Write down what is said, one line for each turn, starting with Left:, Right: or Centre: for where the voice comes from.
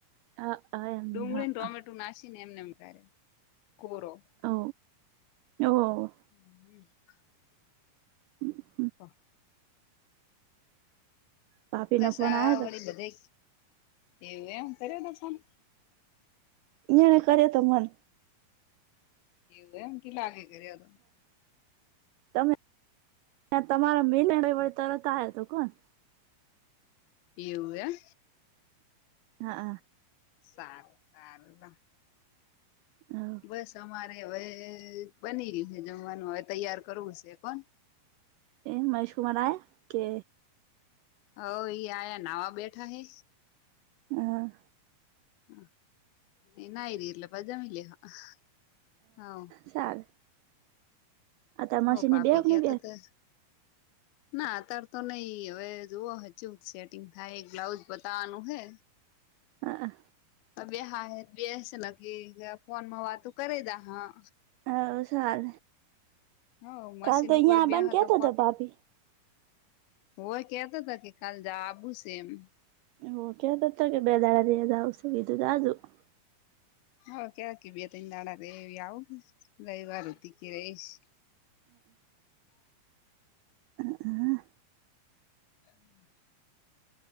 Right: હા એમને
Left: ડુંગળીને
Right: હા
Left: ટોમેટો નાસીને એમને એમ કરે કોરો
Right: ઓ ઓ
Left: <inaudible>
Right: <inaudible>
Left: હા
Right: ભાભી
Left: બસ
Right: નો ફોન
Left: આ
Right: આવ્યો
Left: વળી બધે એવું એમ કર્યો હતો ફોન
Right: ય ને કર તો મન
Left: એવું એમ કે લાગે કર તો?
Right: તમે તમારા મિલણ વ તરત આવ તો કોણ
Left: એવું એમ
Right: હા હા
Left: સાર સારું
Right: હમ
Left: બસ અમારે હવે બની રહ્યું છે જમવાનું હવે તૈયાર કરવું છે કોણ
Right: એ મહેશ કુમાર આય કે
Left: હ આયા નાવા બેઠા હે
Right: હા
Left: <unintelligible>
Right: ચાલે આ તમાસી
Left: હવ
Right: ને
Left: પાપી
Right: બેહો કે
Left: કેતા
Right: ની બે
Left: તા ના અતાર તો નઈ હવે જોવો હચુ સેટિંગ થાય બ્લાઉજ બતાવાનું હે
Right: હા
Left: બે હા હ બેસ લખી ફોનમાં વાતું કરી દા હા
Right: હા સાર
Left: હો મશીન
Right: કાલ તો અહિયાં
Left: ઉપર બેહ
Right: બંધ કેતો
Left: તો
Right: હતો ભાભી
Left: હય કેતો હતા કે કાલ જ આવું છે એમ
Right: <unintelligible>
Left: હ કેવાકે બે તન દાડા રેય એવી આવો ને એવા રતી ગિરેશ <inaudible>
Right: હ
Left: હમ